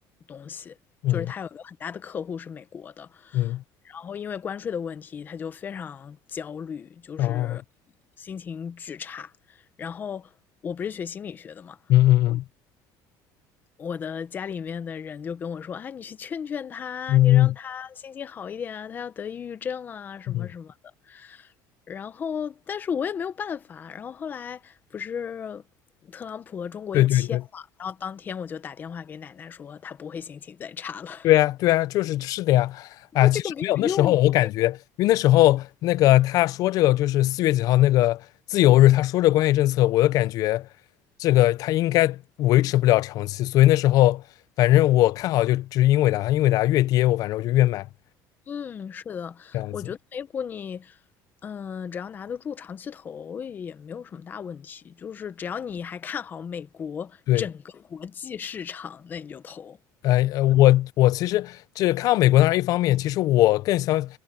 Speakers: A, on the left; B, on the left.
A: 东西，
B: 嗯嗯
A: 就是他有一个很大的客户是美国的，然后因为关税的问题，
B: 嗯，
A: 他就非常焦虑，就是
B: 然后
A: 心情巨差。然后我不是学心理学的嘛，
B: 嗯嗯
A: 我的家里面的人就跟我说：“啊，你去劝劝他，
B: 嗯嗯
A: 你让他心情好一点啊，他要得抑郁症啦，什么什么的。”
B: 嗯，嗯
A: 然后，但是我也没有办法。然后后来不是特朗普和中国一签嘛，
B: 对对对。
A: 然后当天我就打电话给奶奶说他不会心情再差了，
B: 对呀，对呀，就是是的呀，
A: <laughs>
B: 啊，
A: 说这个没有用。
B: 其实没有那时候我感觉，因为那时候那个他说这个就是四月几号那个自由日，他说这关税政策，我就感觉这个他应该维持不了长期，所以那时候反正我看好就就是英伟达，英伟达越跌我反正我就越买
A: 嗯，是的，
B: 这样子。
A: 我觉得美股你，嗯，只要拿得住长期投也没有什么大问题，就是只要你还看好美国整个国际市场，
B: 对，
A: 那你就投。
B: 呃呃，我我其实这看到美国那然一方面，其实我更相